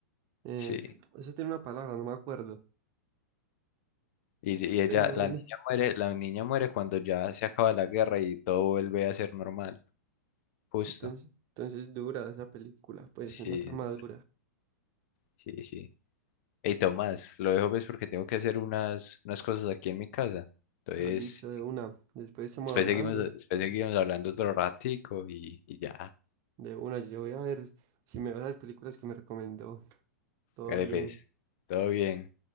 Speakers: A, on the right (about 40°); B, on the left (about 55°).
A: eh,
B: Sí.
A: eso tiene una palabra, no me acuerdo.
B: Y, y ella,
A: Pero bueno.
B: la niña muere, la niña muere cuando ya se acaba la guerra y todo vuelve a ser normal, justo.
A: Entonces, entonces dura esa película, pues
B: Sí,
A: una trama dura.
B: sí, sí. Hey, Tomás, lo dejo pues porque tengo que hacer unas, unas cosas aquí en mi casa. Entonces,
A: Ah, listo, de una. Después estamos
B: después
A: hablando
B: seguimos, después seguimos hablando otro ratico y, y ya,
A: de una. Yo voy a ver si me veo las películas que me recomendó. Todo
B: hágale
A: bien.
B: pues. Todo bien.